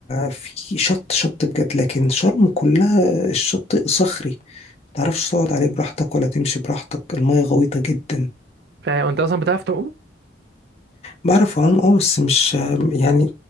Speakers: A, on the left; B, on the right.
A: في شط شط بجد لكن شرم كلها الشط صخري متعرفش تقعد عليه براحتك ولا تمشي براحتك المية غويطة جدا
B: فاهم انت اصلا بتعرف تعوم
A: بعرف اعوم اه بس مش آه، يعني